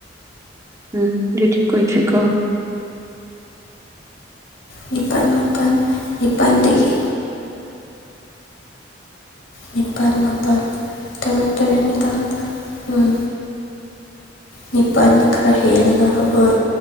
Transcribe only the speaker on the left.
ꯅꯤꯄꯥꯟ ꯃꯥꯄꯟ ꯅꯤꯄꯥꯟꯗꯒꯤ ꯅꯤꯄꯥꯟ ꯃꯥꯄꯟ ꯇꯔꯨꯛ ꯇꯔꯦꯠ ꯅꯤꯄꯥꯟ ꯃꯥꯄꯟ ꯎꯝ ꯅꯤꯄꯟꯗꯤ ꯈꯔ ꯍꯦꯜꯂꯒ ꯍꯣꯏ